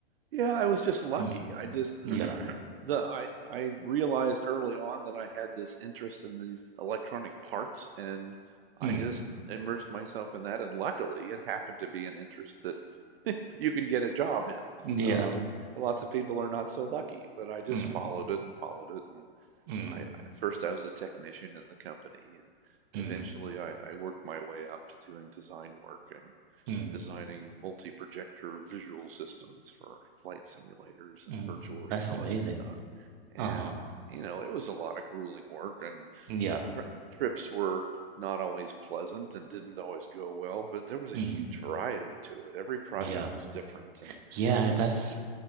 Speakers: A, on the right (about 65°); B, on the right (about 45°).
A: Yeah, I was just lucky.
B: Mm,
A: I just <clears throat>
B: yeah,
A: the I I realized early on that I had this interest in these electronic parts and I
B: mm,
A: just immersed myself in that and luckily it happened to be an interest that you can get a job in.
B: yeah,
A: Um, lots of people are not so lucky, but I just
B: mm,
A: followed it and followed it and
B: mm,
A: I, I first I was a technician in the company and eventually
B: mm,
A: I, I worked my way up to doing design work and
B: mm,
A: designing multi-projector visual systems for flight simulators and
B: mm.
A: virtual reality
B: That's amazing.
A: stuff. And,
B: Uh-huh.
A: you know, it was a lot of grueling work, and
B: Yeah,
A: tri trips were not always pleasant and didn't always go well, but there was a
B: mm,
A: huge variety to it. Every project
B: yeah,
A: was different, and
B: yeah. That's,
A: um,